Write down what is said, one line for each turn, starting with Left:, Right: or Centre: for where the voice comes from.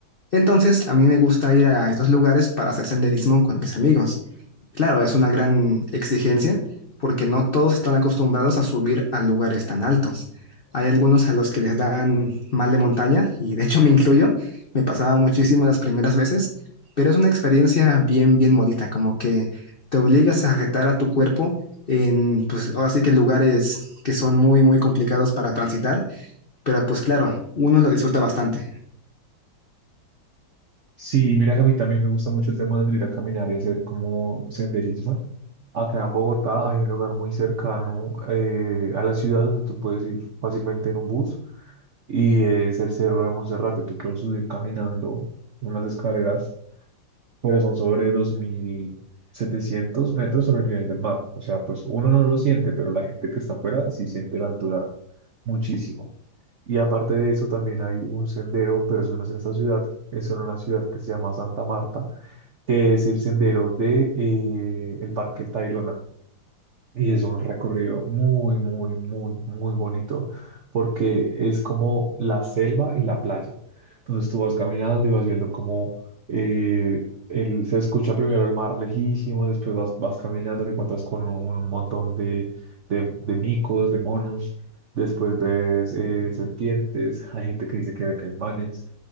Left: Entonces, a mí me gusta ir a estos lugares para hacer senderismo con mis amigos. Claro, es una gran exigencia porque no todos están acostumbrados a subir a lugares tan altos. Hay algunos a los que les dan mal de montaña y de hecho me incluyo, me pasaba muchísimo las primeras veces, pero es una experiencia bien, bien bonita, como que te obligas a retar a tu cuerpo en, pues ahora sí que lugares que son muy, muy complicados para transitar, pero pues claro, uno lo disfruta bastante.
Right: Sí, mira que a mí también me gusta mucho el tema de salir a caminar y hacer como senderismo. Acá en Bogotá hay un lugar muy cercano eh, a la ciudad donde tú puedes ir fácilmente en un bus y es el Cerro de Monserrate. Tú puedes subir caminando unas escaleras pero son sobre dos mil setecientos metros sobre el nivel del mar. O sea, pues uno no lo siente, pero la gente que está afuera sí siente la altura muchísimo. Y aparte de eso, también hay un sendero, pero eso no es en esta ciudad, es en una ciudad que se llama Santa Marta, que es el sendero de, eh, el Parque El Tayrona. Y es un recorrido muy, muy, muy, muy bonito porque es como la selva y la playa. Entonces tú vas caminando y vas viendo cómo eh, el- se escucha primero el mar lejísimo, después vas, vas caminando, te encuentras con un montón de, de, de micos, de monos, después ves eh, serpientes, hay gente que dice que ve caimanes.